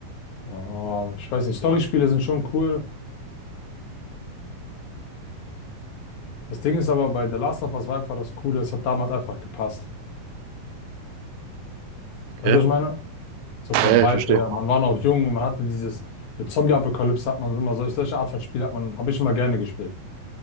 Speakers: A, on the left; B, on the right.
A: Oh, ich weiß nicht, Storyspiele sind schon cool. Das Ding ist aber bei The Last of Us war einfach das Coole, es hat damals einfach gepasst.
B: Okay.
A: Weißt du, was ich meine? So vom
B: Ja, ja,
A: Vibe
B: ich verstehe.
A: her. Man war noch jung und man hatte dieses, mit Zombie-Apokalypse hat man immer solche, solche Art von Spiel hat man, habe ich immer gerne gespielt.